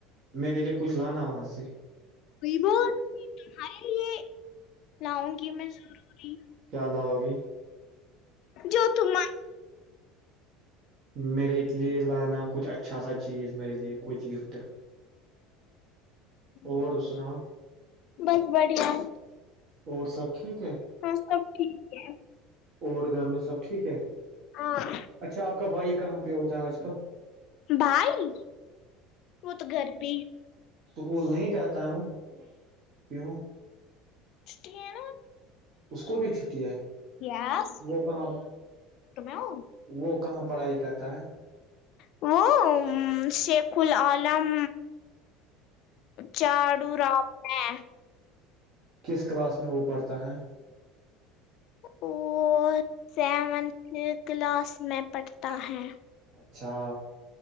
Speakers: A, on the right; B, on the left.
A: میرے لیے کچھ لانا وہاں سے
B: کوئی ب تمہارے لیے لاؤں گی میں ضروری
A: کیا لا ہوگی
B: جو تم
A: میرے کے لئے لانا کچھ اچھا سا چیز میرے لیے کچھ گفٹ اور
B: ہوں
A: سناؤ
B: بس بڑھیا
A: اور سب ٹھیک ہے
B: ہاں سب ٹھیک ہے
A: اور گھر میں سب ٹھیک ہے
B: ہاں
A: اچھا آپ کا بھائی کہاں پہ ہوتا ہے آج کل
B: بھائی وہ تو گربی
A: توکول نہیں جاتا ہے وہ کیوں
B: چٹھی ہے نا
A: اس
B: س
A: کو بھی چھٹی ہے وہ کہاں
B: تم ہو
A: وہ کہاں پڑھائی کرتا ہے
B: وہ شیخ العالم جاڑو راب ہے
A: کس کلاس میں وہ پڑھتا ہے
B: <unintelligible>
A: ہاں
B: سیونتھ کلاس میں پڑھتا ہے
A: اچھا